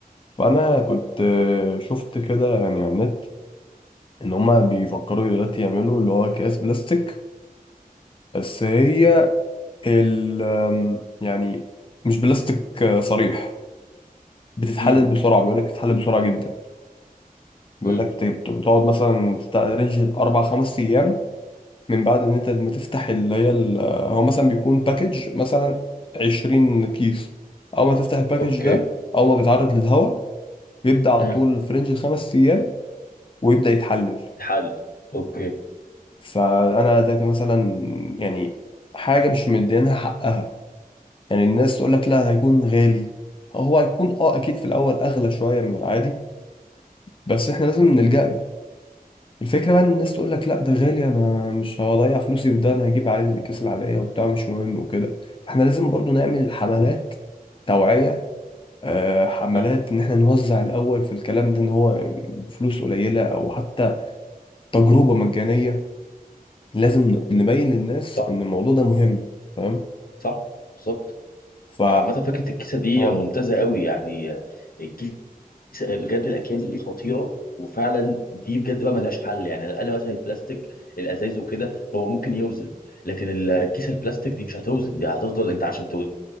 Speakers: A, on the left (about 35°); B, on the left (about 70°).
A: فانا كنت آه، شفت كده يعني على النت ان هما بيفكروا دلوقتي يعملوا اللي هو اكياس بلاستيك بس هي ال آم، يعني مش بلاستيك آه، صريح بتتحلل
B: امم
A: بسرعة بيقول لك بتتحلل بسرعة جدا بيقول
B: امم
A: لك بت- بت- بتقعد مثلا بتاع رينج أربع خمس أيام من بعد إن أنت ما تفتح اللي هي ال- آه، هو مثلا بيكون باكج مثلا 20 كيس أول ما تفتح الباكج
B: اوكي
A: ده أول ما بيتعرض للهواء بيبدأ على
B: امم
A: طول في رينج خمس أيام ويبدأ يتحلل
B: تحل اوكي
A: فأنا ده كان مثلا يعني حاجة مش مدينها حقها يعني الناس تقول لك لا هيكون غالي هو هيكون اه اكيد في الاول اغلى شويه من العادي بس احنا لازم نلجأ له الفكره بقى ان الناس تقول لك لا ده غالي انا مش هضيع فلوسي في ده انا هجيب عادي الاكياس العاديه وبتاع مش مهم وكده فاحنا لازم برضو نعمل حملات توعيه آه حملات
B: امم
A: ان احنا نوزع الاول في الكلام ده ان هو فلوس قليله او حتى تجربه مجانيه لازم نبين للناس
B: صح
A: ان الموضوع ده مهم فاهم
B: صح بالظبط
A: ف
B: عامة فكرة الكيسة دي
A: اه
B: ممتازة قوي يعني الكيسة بجد الأكياس دي خطيرة وفعلا دي بجد بقى ملهاش حل يعني على الأقل مثلا البلاستيك الأزاز وكده هو ممكن يوزن لكن الكيسة البلاستيك دي مش هتوزن دي هتفضل أنت عشان